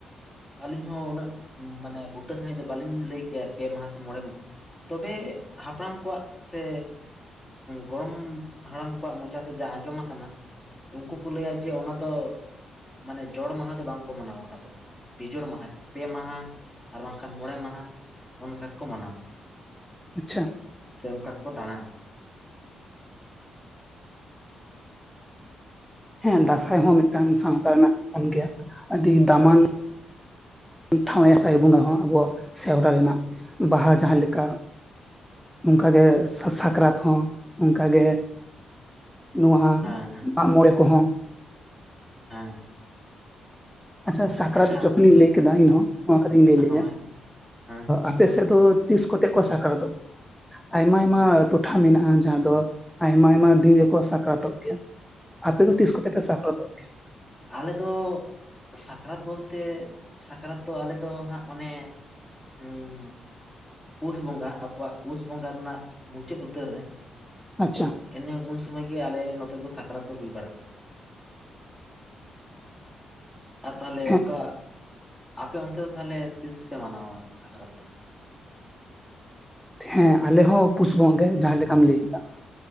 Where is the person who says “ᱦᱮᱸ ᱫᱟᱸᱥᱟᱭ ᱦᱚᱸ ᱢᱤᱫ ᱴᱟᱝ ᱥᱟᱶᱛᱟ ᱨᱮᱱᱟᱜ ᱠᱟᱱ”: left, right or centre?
Centre